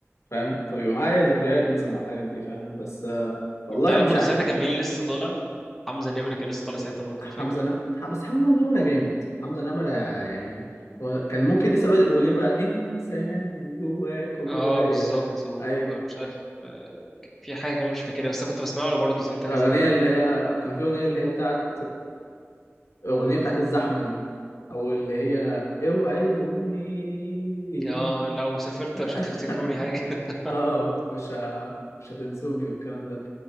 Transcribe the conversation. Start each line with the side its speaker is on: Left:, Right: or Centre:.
Left: فاهم فبيبقى معايا ذكريات مثلا مع الحاجات دي فاهم بس آه والله
Centre: انت عارف
Left: مش
Centre: برضه
Left: عارف
Centre: ساعتها كان مين لسه طالع حمزة نمرة كان لسه طالع ساعتها برضه
Left: حمزه
Centre: انا فاكر
Left: نمرة بس حمزه نمرة جامد حمزه نمرة يعني هو كان ممكن لسه بادئ باغنيه بقى انسان جواك وجوايا
Centre: اه بالظبط ومش
Left: ايوه
Centre: عارف آه، كان في حاجة كمان مش فاكرها بس انا كنت بسمع له برضه ساعتها
Left: الاغنيه
Centre: كذا حاجة
Left: اللي هي كان في اغنيه اللي هي بتاعت الاغنيه بتاعت الزحمه دي او اللي هي اوعدوني
Centre: اه لو سافرت
Left: <laughs>
Centre: مش هتفتكروني حاجة <laughs>
Left: اه مش ه... مش هتنسوني والكلام ده